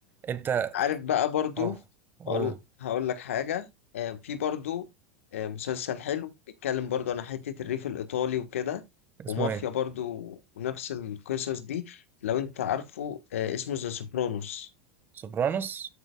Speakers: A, on the right; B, on the left.
A: أنت
B: عارف بقى برضو
A: أه أوه
B: هقول هقول لك حاجة آه، في برضو آه، مسلسل حلو بيتكلم برضو عن حتة الريف الإيطالي وكده ومافيا
A: اسمه إيه؟
B: برضو ونفس القصص دي لو أنت عارفه آه، اسمه ذا سوبرانوس
A: سوبرانوس؟